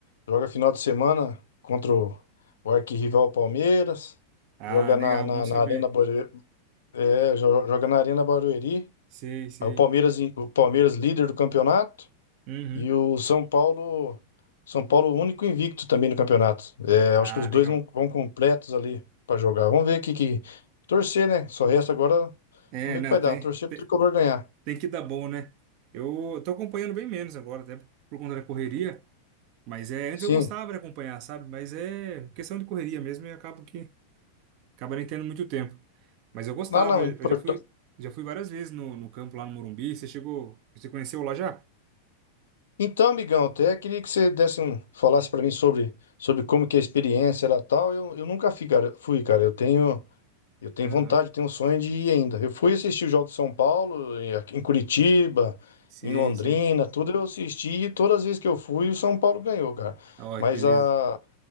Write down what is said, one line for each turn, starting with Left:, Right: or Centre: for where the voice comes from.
Left: joga final de semana contra o, o arquirrival Palmeiras.
Right: Ah,
Left: Joga na,
Right: legal.
Left: na,
Right: Bom saber.
Left: na Arena Barueri, é, jo- joga na Arena Barueri.
Right: Sei, sei.
Left: Aí o Palmeiras em- o Palmeiras líder do campeonato
Right: Uhum.
Left: e o São Paulo São Paulo único invicto também no campeonato. É,
Right: Ah,
Left: acho que os dois
Right: legal.
Left: vão, vão completos ali para jogar. Vamos ver o que que torcer, né? Só resta agora
Right: É,
Left: vamos
Right: não,
Left: ver o que vai dar.
Right: tem,
Left: Torcer
Right: tem,
Left: pro tricolor ganhar.
Right: tem que dar bom, né? Eu tô acompanhando bem menos agora, até por conta da correria, mas é, antes
Left: Sim.
Right: eu gostava de acompanhar, sabe? Mas é questão de correria mesmo e acabo que acaba nem tendo muito tempo. Mas eu gostava,
Left: Não, não,
Right: eu
Left: importante.
Right: já fui, já fui várias vezes no, no campo lá no Morumbi. Você chegou, você conheceu lá já?
Left: Então, amigão, até queria que você desse um, falasse para mim sobre, sobre como que é a experiência era tal. Eu, eu nunca fui, cara. Fui, cara. Eu tenho, eu tenho
Right: Aham.
Left: vontade, eu tenho um sonho de ir ainda. Eu fui assistir o jogo de São Paulo, em aqui em Curitiba,
Right: Sim,
Left: em Londrina,
Right: sim.
Left: tudo eu assisti e todas as vezes que eu fui, o São Paulo ganhou, cara.
Right: Olha
Left: Mas
Right: que beleza.
Left: a,